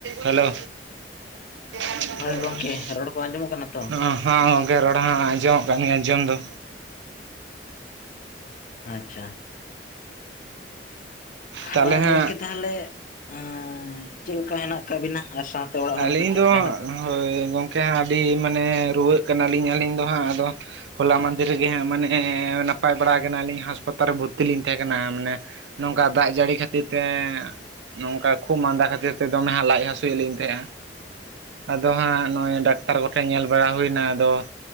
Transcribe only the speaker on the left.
ᱦᱳᱭ ᱜᱚᱝᱠᱮ ᱨᱚᱲ ᱠᱚ ᱟᱸᱡᱚᱢᱚᱜ ᱠᱟᱱᱟ ᱛᱚ
ᱟᱪᱪᱷᱟ ᱦᱟᱸ
ᱟᱨ
ᱜᱚᱝᱠᱮ ᱛᱟᱦᱚᱞᱮ, ᱮᱸᱻ ᱪᱮᱫ ᱞᱮᱠᱟ ᱦᱮᱱᱟᱜ ᱠᱟᱜ ᱵᱤᱱᱟ ᱟᱨ ᱥᱟᱶᱛᱮ ᱚᱲᱟᱜ ᱦᱚᱲ
ᱠᱚ ᱪᱮᱫ
ᱞᱮᱠᱟ ᱦᱮᱱᱟᱜ ᱠᱚ,